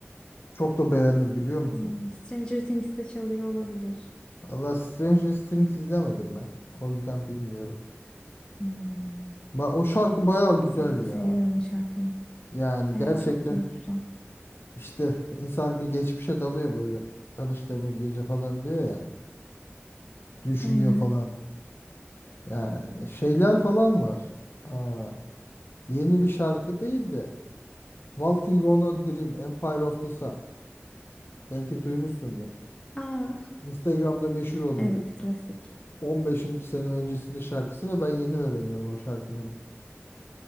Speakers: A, on the left (about 55°); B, on the left (about 20°).
A: Çok da beğendim biliyor musun?
B: Hmm, Stranger Things'te çalıyor olabilir.
A: Allah Stranger Things izlemedim ben. O yüzden bilmiyorum.
B: Hmm,
A: Ba- O şarkı bayağı güzel
B: evet
A: ya.
B: seviyorum o şarkıyı.
A: Yani gerçekten
B: Evet çok duygusal.
A: işte insan bir geçmişe dalıyor böyle tanıştığımız gece falan diyor ya. Düşünüyor
B: Aynen.
A: falan. Yani şeyler falan var. Aa, yeni bir şarkı değil de Walking on a Dream, Empire of the Sun. Belki duymuşsundur.
B: Aa
A: Instagram'da meşhur
B: <laughs>
A: oldu
B: evet
A: bir
B: klasik.
A: 15 sene öncesinin şarkısı ve ben yeni öğreniyorum o şarkının.